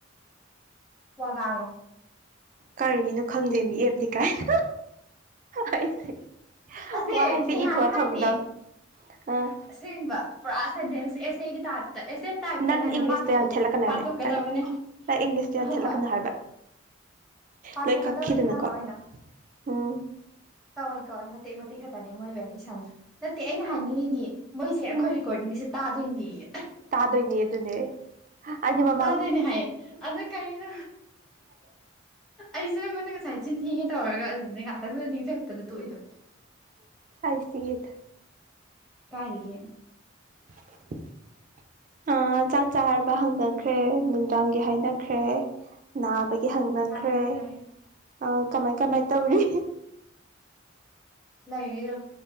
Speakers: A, in the centre; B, on the right.
A: ꯋꯥꯥ ꯉꯥꯉꯣ
B: ꯀꯔꯤꯅꯣ ꯈꯪꯗꯦꯃꯤ ꯑꯦꯞꯅꯤ ꯀꯥꯏꯅ ꯑꯩꯁꯦ
A: ꯑꯁꯦ
B: ꯋꯥꯍꯩꯁꯦ
A: ꯅꯤꯍꯥꯟ
B: ꯏꯊꯣꯛꯑ
A: ꯍꯥꯏꯅꯦ
B: ꯊꯝꯗꯪ ꯑꯥ
A: ꯑꯁꯦꯡꯕ ꯄꯨꯔꯥ ꯁꯦꯟꯇꯦꯟꯁ ꯑꯦꯁ ꯑꯦꯒꯤ ꯇꯥ__ ꯇ ꯑꯦꯁꯦ ꯇꯥꯏꯞꯇ
B: ꯅꯪ
A: ꯀꯥꯏꯅ
B: ꯏꯪꯂꯤꯁꯇ
A: ꯄꯥꯊꯣꯛꯁ
B: ꯌꯥꯝ ꯊꯦꯠꯂꯛꯀꯅꯣ
A: ꯄꯥꯊꯣꯛꯀꯗꯕꯅꯤ
B: ꯍꯥꯏꯕꯅꯦ ꯅꯪ ꯅꯪ ꯏꯪꯂꯤꯁꯇ ꯌꯥꯟꯊꯠꯂꯛꯀꯅꯨ
A: ꯍꯣ ꯍꯣꯏ
B: ꯍꯥꯏꯕ
A: ꯄꯥꯊꯣꯛꯀꯗꯕꯅꯦ
B: ꯂꯣꯏ ꯀꯛꯈꯤꯗꯅꯀꯣ
A: ꯍꯥꯏꯕ ꯑꯣꯏꯅ
B: ꯎꯝ
A: ꯀꯧꯏ ꯀꯧꯏ ꯃꯇꯦꯛ ꯃꯇꯦꯛ ꯈꯛꯇꯅꯤ ꯃꯣꯏ ꯂꯣꯏꯅ ꯏꯁꯥꯅꯤ ꯅꯠꯇꯦ ꯑꯩꯅ ꯍꯥꯏꯅꯤꯡꯉꯤꯗꯤ ꯃꯣꯏꯁꯦ ꯑꯩꯈꯣꯏ
B: ꯎꯝ
A: ꯔꯦꯀꯣꯔꯗꯤꯡꯒꯤꯁꯦ ꯇꯥꯗꯣꯏꯅꯦꯌꯦ
B: ꯇꯥꯗꯣꯏꯅꯦ ꯑꯗꯨꯅꯦ ꯑꯩꯗꯤ ꯃꯞ__
A: ꯇꯥꯗꯣꯏꯅꯦ ꯍꯥꯏꯌꯦ ꯑꯗ ꯀꯩꯅꯣ ꯑꯩꯁꯨ ꯅꯉꯣꯟꯗ ꯉꯁꯥꯏ ꯆꯤꯟ ꯊꯤꯒꯦ ꯇꯧꯔꯒ ꯑꯗꯨꯗꯅꯦ ꯉꯥꯛꯇꯪꯗꯨꯗ ꯅꯤꯡꯁꯤꯡꯉꯛꯇꯅ ꯇꯣꯛꯏꯗꯣ
B: ꯑꯩꯁ ꯇꯥꯌꯦꯗ
A: ꯀꯥꯏꯗꯒꯤ
B: <inaudible> ꯑꯥ ꯆꯥꯛ ꯆꯥꯔꯕ ꯍꯪꯅꯈ꯭ꯔꯦ ꯅꯨꯡꯗꯥꯡꯒꯤ ꯍꯥꯏꯅꯈ꯭ꯔꯦ ꯅꯥꯕꯒꯤ ꯍꯪꯅꯈ꯭ꯔꯦ
A: ꯍꯥꯏꯅꯈ꯭ꯔꯦ
B: ꯑꯥ ꯀꯃꯥꯏ ꯀꯃꯥꯏ ꯇꯧꯔꯤ
A: ꯂꯩꯌꯦ ꯑꯗꯨꯝ